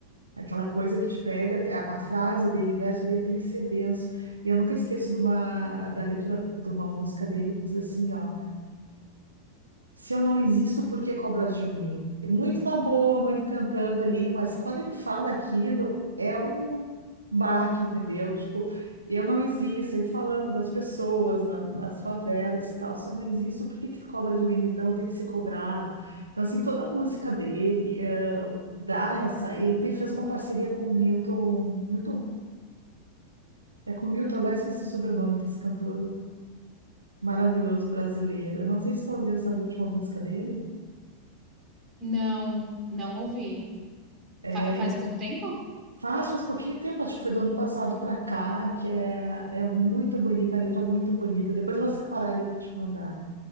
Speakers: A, on the right; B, on the right.
A: Aquela coisa que te pega, a, a frase dele, o verso dele tem que ser denso. E eu nunca esqueço de uma, da letra da- de uma música dele que diz assim, ó. Se eu não existo, por que cobrar de mim? Muito na boa, muito cantando ali, mas quando ele fala aquilo, é um baque, entendeu? Tipo, eu não existo. Ele falando das pessoas, na- nas favelas e tal. Se eu não existo, por que que tu cobra de mim? Então eu tenho que ser cobrado. Então, assim, toda a música dele eh, dá essa. Ele te- fez uma parceria com o Milton. Milton? É com o Milton, agora esqueci o sobrenome desse cantor maravilhoso brasileiro. Eu não sei se tu ouviu essa última música dele.
B: Não, não ouvi.
A: é
B: Fa- faz pouco tempo?
A: Faz, faz pouquinho tempo, acho que foi do ano passado para cá, que é, é muito bonita, a letra é muito bonita. Depois eu vou separar ele para te mandar.